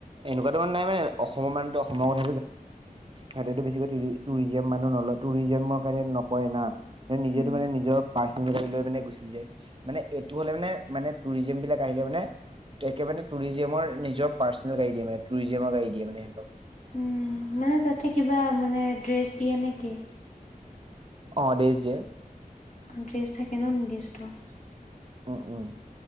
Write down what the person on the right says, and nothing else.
এনেকুৱা তাৰান নাই মানে অসমৰ মানুহটো অসমৰ কথ হাতেতো বেছিকৈ টুৰিজি মানুহ নলয় টুৰিজিমৰ কাৰণে নকয় না। নিজেটো
মানে নিজৰ পাৰ্চনেল গাড়ী লৈ মানে গুচি যায় মানে এইটো হ'লে মানে মানেটুৰিজম বিলাক আহিলে মানে একেবাৰে টুৰিজেমৰ নিজৰাৰ্চনে গাড়ী দিয়োনে টুৰিজেম গাড়ী দিয়ো সিহতক
অ, দে যে।
উম উম